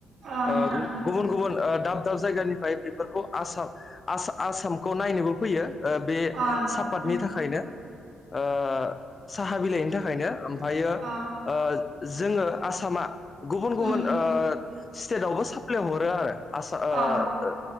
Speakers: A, on the right; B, on the left.
A: अ नोंथां
B: ओ गुबुन गुबुन ओ दाब दाब दाब जायगानिफ्राय बेफोरखौ आसाम आस आसामखौ नायनोबो फैयो ओ बे
A: अ
B: सापातनि
A: अ
B: थाखायनो ओ साहा बिलाइनि थाखायनो ओमफायो
A: अ
B: ओ जोङो आसामा गुबुन गुबुन
A: उम
B: ओ स्टेटावबो साप्लाय हरो आरो आ ओ
A: अ